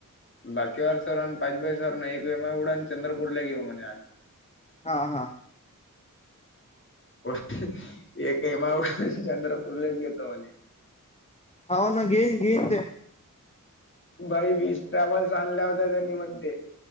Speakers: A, on the left; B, on the left.
A: बाकीवार सर आणि पाच बाई सरन एकय उडा आणि चंद्रपूर ला घेऊ म्हणे आम्ही
B: हा हा.
A: प एकही माऊठ चंद्रपूरलेच घेतो म्हणे.
B: <inaudible>
A: बाई वीस ट्रॅव्हल्स आणल्या होत्या त्यांनी म्हणते.